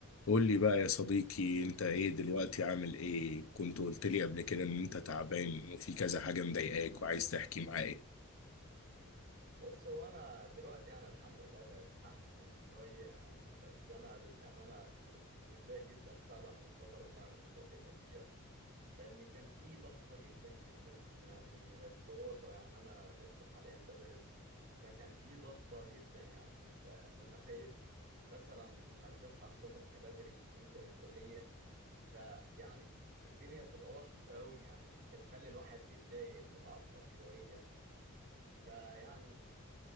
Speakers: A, on the left; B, on the right.
A: قول لي بقى يا صديقي انت ايه دلوقتي عامل ايه كنت قلت لي قبل كده ان انت تعبان وفي كذا حاجة مضايقاك وعايز تحكي معايا
B: بص هو انا دلوقتي يعني الحمد لله بقت احسن شويه يعني بس انا للامانه كنت متضايق جدا فعلا الفتره اللي انا كنت قايل لك فيها لان كان في ضغطه جدا جدا يعني من الدراسه يعني انا لسه حاليا بدرس فكان في ضغطه جدا يعني انت متخيل مثلا انك تصحى الصبح بدري تنزل الكليه فيعني الدنيا بتبقى ضغطه قوي يعني بتخلي الواحد متضايق متعصب شويه فيعني